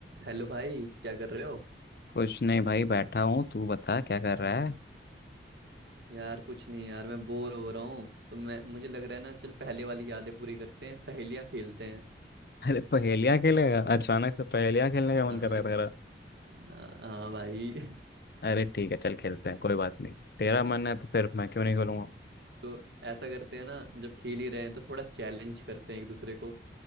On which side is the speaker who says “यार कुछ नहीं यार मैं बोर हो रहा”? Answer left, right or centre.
Right